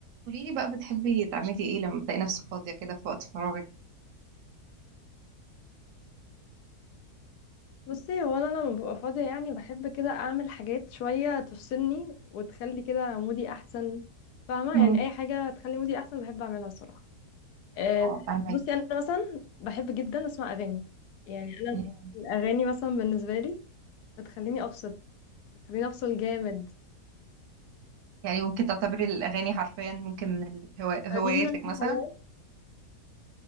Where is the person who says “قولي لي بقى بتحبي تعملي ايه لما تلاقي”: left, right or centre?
Right